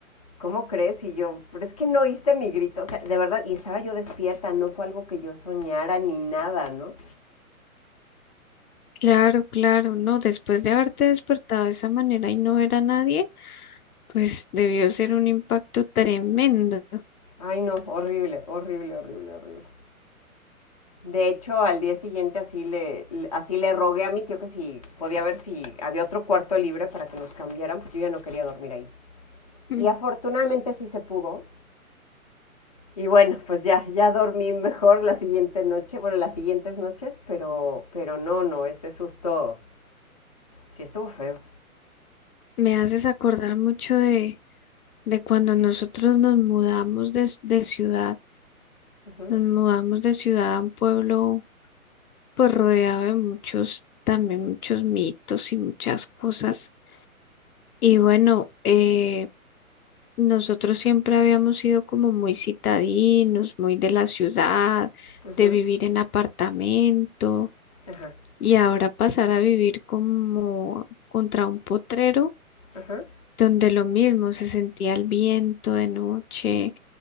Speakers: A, on the left; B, on the left.
A: ¿cómo crees? Y yo, pero es que no oíste mi grito, o sea, de verdad, y estaba yo despierta, no fue algo que yo soñara ni nada, ¿no?
B: claro, claro. No, después de haberte despertado de esa manera y no ver a nadie, pues debió ser un impacto tremendo.
A: Ay, no, horrible, horrible, horrible, horrible. De hecho, al día siguiente así le, así le rogué a mi tío que si podía ver si había otro cuarto libre para que nos cambiaran, porque yo ya no quería dormir ahí.
B: Mm,
A: Y afortunadamente sí se pudo. Y bueno, pues ya, ya dormí mejor la siguiente noche, bueno, las siguientes noches, pero, pero no, no, ese susto sí estuvo feo.
B: Me haces acordar mucho de, de cuando nosotros nos mudamos de de ciudad.
A: Ujú,
B: Nos mudamos de ciudad a un pueblo pues rodeado de muchos, también muchos mitos y muchas cosas. Y bueno, eh, nosotros siempre habíamos sido como muy citadinos, muy de la ciudad,
A: ujú,
B: de vivir en apartamento
A: ajá,
B: y ahora pasar a vivir como contra un potrero.
A: ajá,
B: donde lo mismo se sentía el viento de noche,